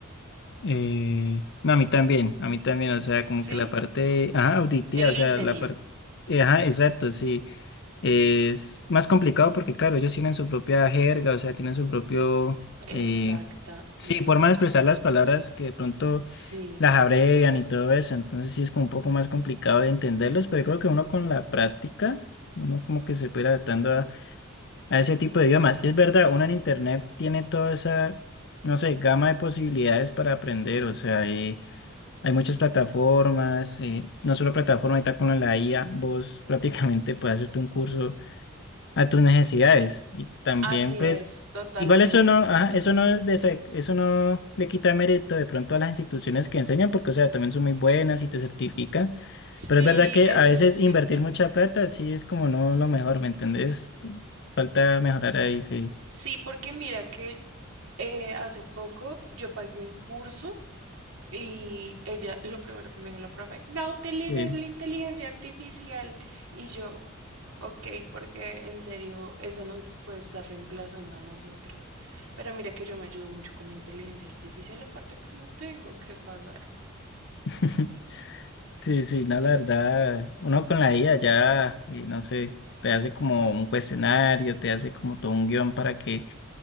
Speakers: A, on the left; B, on the right.
A: Eh, no, a mí también, a mí también, o sea, como
B: ¿Sí?
A: que la parte, ajá, auditiva,
B: El
A: o sea,
B: listening.
A: la parte, ajá, exacto, sí. Es más complicado porque, claro, ellos tienen su propia jerga, o sea, tienen su propio,
B: Exactamente.
A: eh, sí, forma de expresar las palabras que de pronto
B: Sí,
A: las abrevian y todo eso, entonces sí es como un poco más complicado de entenderlos, pero creo que uno con la práctica, uno como que se puede ir adaptando a, a ese tipo de idiomas. Y es verdad, uno en internet tiene toda esa, no sé, gama de posibilidades para aprender, o sea, hay, hay muchas plataformas, eh, no solo plataformas, ahorita con la IA, vos <laughs> prácticamente puedes hacerte un curso a tus necesidades. Y también,
B: así
A: pues,
B: es, totalmente.
A: igual eso no, ajá, eso no es desa- eso no le quita mérito de pronto a las instituciones que enseñan, porque, o sea, también son muy buenas y te certifican.
B: Sí,
A: Pero es verdad que
B: es
A: a veces
B: muy cierto.
A: invertir mucha plata sí es como no lo mejor, ¿me entendés? Falta mejorar ahí, sí.
B: Sí, porque mira que eh, hace poco yo pagué un curso y ella, lo primero que me dijo la profe, no utilices
A: Sí,
B: la inteligencia artificial. Y yo, Ok, porque en serio eso nos puede estar reemplazando a nosotros. Pero mira que yo me ayudo mucho con la inteligencia artificial, aparte que no tengo que pagar. <laughs>
A: <laughs> sí, sí, no, la verdad, uno con la IA ya, eh, no sé, te hace como un cuestionario, te hace como todo un guión para que